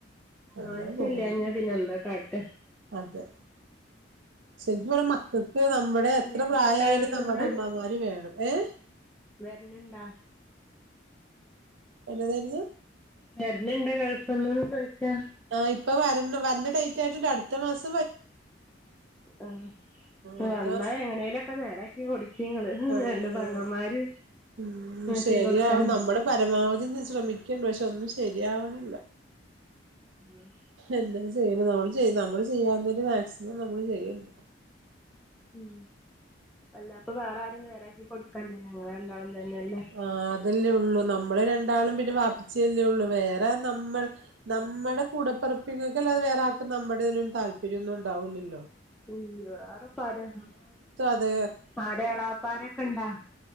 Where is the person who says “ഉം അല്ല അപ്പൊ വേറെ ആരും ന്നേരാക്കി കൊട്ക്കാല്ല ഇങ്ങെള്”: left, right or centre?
Centre